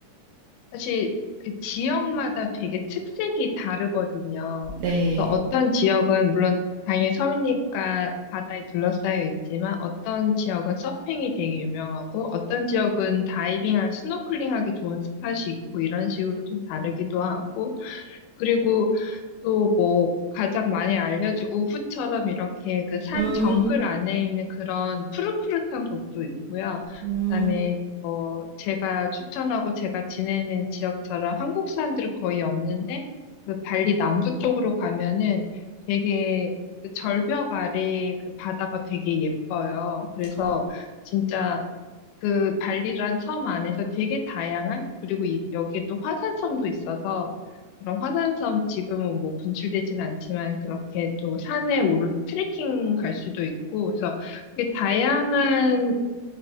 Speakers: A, on the left; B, on the right.
A: 사실 그 지역마다 되게 특색이 다르거든요.
B: 네.
A: 그래서 어떤 지역은 물론 당연히 섬이니까 바다에 둘러싸여 있지만 어떤 지역은 서핑이 되게 유명하고 어떤 지역은 다이빙할 스노클링하기 좋은 스팟이 있고 이런 식으로 좀 다르기도 하고 그리고 또 뭐 가장 많이 알려진 우붓처럼 이렇게 그 산
B: 음,
A: 정글 안에 있는 그런 푸릇푸릇한 곳도 있고요.
B: 음,
A: 그다음에 어, 제가 추천하고 제가 지내는 지역처럼 한국 사람들은 거의 없는데, 그 발리 남부 쪽으로 가면은 되게 그 절벽 아래 그 바다가 되게 예뻐요. 그래서
B: 어.
A: 진짜 그 발리란 섬 안에서 되게 다양한, 그리고 이- 여기에 또 화산섬도 있어서, 그런 화산섬 지금은 뭐 분출되진 않지만 그렇게 또 산에 오르 트레킹 갈 수도 있고, 그래서 되게 다양한